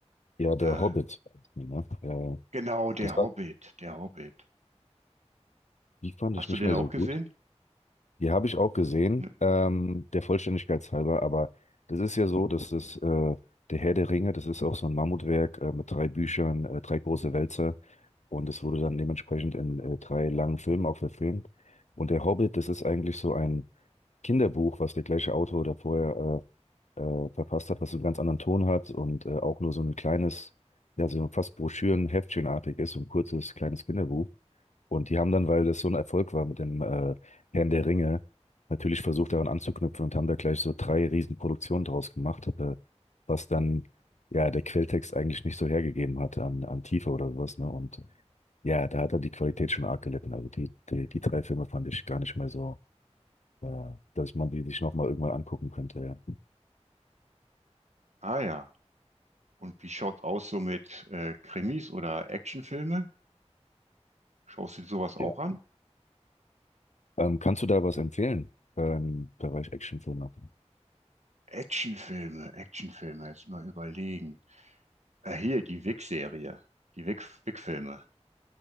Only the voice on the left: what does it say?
Ja, der
Hobbit. Ne? Äh,
das war,
die fand
ich nicht
mehr
so
gut. Die habe ich auch gesehen,
ähm, der Vollständigkeit halber, aber das ist ja so, dass das äh, der Herr der Ringe, das ist auch so ein Mammutwerk äh, mit drei Büchern, äh, drei große Wälzer und es wurde dann dementsprechend in äh, drei langen Filmen auch verfilmt. Und der Hobbit, das ist eigentlich so ein Kinderbuch, was der gleiche Autor da vorher äh, äh, verfasst hat, was so einen ganz anderen Ton hat und äh, auch nur so ein kleines, ja, so fast Broschüren, Heftchenartig ist, so ein kurzes, kleines Kinderbuch. Und die haben dann, weil das so ein Erfolg war mit dem äh, Herrn der Ringe, natürlich versucht daran anzuknüpfen und haben da gleich so drei Riesenproduktionen draus gemacht, äh, was dann ja der Quelltext eigentlich nicht so hergegeben hatte an, an Tiefe oder sowas, ne? Und ja, da hat er die Qualität schon arg gelitten. Also die, die, die drei Filme fand ich gar nicht mehr so. Ja. dass man die sich nochmal irgendwann angucken könnte, ja.
Ja.
Ähm, kannst du da was empfehlen äh, im Bereich Actionfilme?